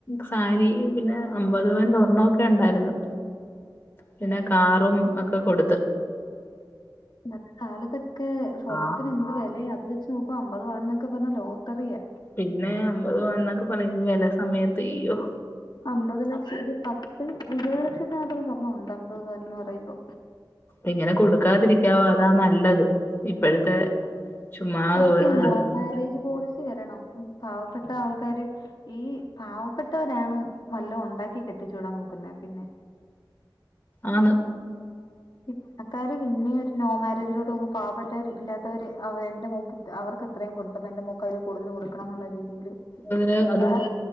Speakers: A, on the left (about 25°); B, on the left (about 60°).
A: സാരി പിന്നെ അമ്പത് പന് സ്വർണ്ണൊക്കെ ഉണ്ടായിരുന്നു പിന്നെ കാറും ഒക്കെ കൊടുത്ത്
B: ഇന്നത്തെ കാലത്തൊക്കെ സ്വർണ്ണത്തിന്
A: ആ
B: എന്ത് വിലയാ അത് ച്നോക്ക അമ്പത് പവൻ ന്നൊക്കെ പറഞ്ഞ ലോട്ടറിയ
A: പിന്നെ അമ്പത് പവൻ ന്നൊക്കെ പറ വില സമയത്ത് ഇയോ
B: അമ്പത് ലക്ഷം ഒരു പത്ത് ഇരുപത് ലക്ഷത്തിനത്ര സ്വർണം ണ്ട്‌ അമ്പത് പവൻ ന്ന് പറയുമ്പോ
A: ഇങ്ങനെ കൊടുക്കാതിരിക്കാവോ അതാ നല്ലത് ഇപ്പോഴത്തെ ചുമ്മാതെ
B: സത്യ
A: ഓരോ പ്രശ്നം
B: മാരേജ് പോളിസി വരണം പാവപ്പെട്ട ആൾക്കാര് ഈ പാവപ്പെട്ടവരാണ് വല്ല ഉണ്ടാക്കി കെട്ടിച്ചൂടാൻ നോക്കുന്നത് പിന്നെ
A: ആണ്
B: പണക്കാര് പിന്നെ ഒരു നോ മാരേജിലോട്ട് പോകുമ്പോ പാവപ്പെട്ടവര് ഇല്ലാത്തവര് ആവെ ഇന്റെ മോൾക് അവർക്ക് എത്രയും കൊടുത്തപ്പ എന്റെ മോൾക് അയിൽ കൂടുതൽ കൊടുണണം എന്നുള്ള രീതിയിൽ
A: അത്
B: ഇല്ലാ
A: അതും